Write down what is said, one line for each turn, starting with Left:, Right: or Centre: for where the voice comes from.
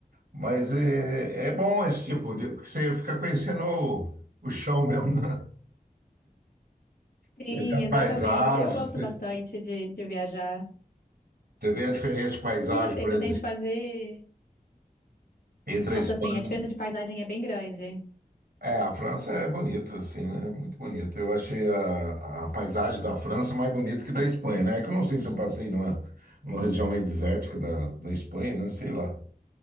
Right: Mas é, é bom esse tipo de... Porque você fica conhecendo o, o chão mesmo, né?
Left: Sim,
Right: Você vê a paisagem,
Left: exatamente. Eu gosto
Right: você
Left: bastante de, de viajar.
Right: você vê a diferença de paisagem,
Left: E você,
Right: por
Left: pretende
Right: exemplo,
Left: fazer?
Right: entre
Left: Nossa,
Right: a Espanha.
Left: sim, a diferença de paisagem é bem grande.
Right: É, a França é bonita, assim, né? Muito bonita. Eu achei a, a paisagem da França mais bonita que da Espanha, né? É que eu não sei se eu passei numa, numa região meio desértica da, da Espanha, né? Sei lá.